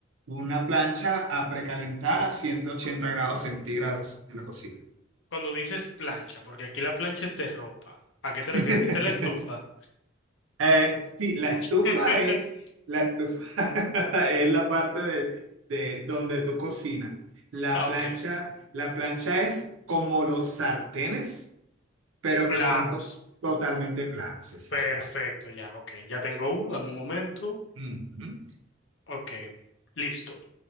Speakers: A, on the right; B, on the left.
A: una plancha a precalentar a 180 grados centígrados en la cocina.
B: Cuando dices plancha, porque aquí la plancha es de ropa. ¿A qué te refieres?
A: <laughs>
B: Dice la estufa.
A: Eh, sí, la estufa
B: <laughs>
A: es la estufa <laughs> es la parte de, de donde tú cocinas. La
B: Ah,
A: plancha,
B: ok.
A: la plancha es como los sartenes, pero
B: Planos.
A: que son to- totalmente planos, exacto.
B: Perfecto, ya, ok. Ya tengo uno, dame un momento.
A: Ujú.
B: Ok, listo.